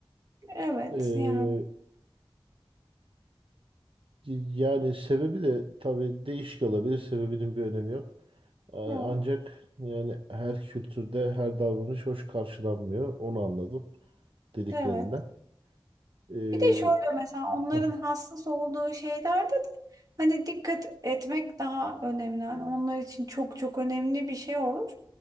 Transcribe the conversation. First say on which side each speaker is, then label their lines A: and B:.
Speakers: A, on the right; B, on the right.
A: Evet
B: Ee,
A: yani.
B: yani sebebi de tabii değişik olabilir. Sebebinin bir önemi yok. Ee, ancak
A: Evet.
B: yani her kültürde her davranış hoş karşılanmıyor. Onu anladım dediklerinden.
A: Evet.
B: Ee,
A: Bir de şöyle mesela onların
B: heh,
A: hassas olduğu şeylerde de hani dikkat etmek daha önemli. Hani onlar için çok çok önemli bir şey olur.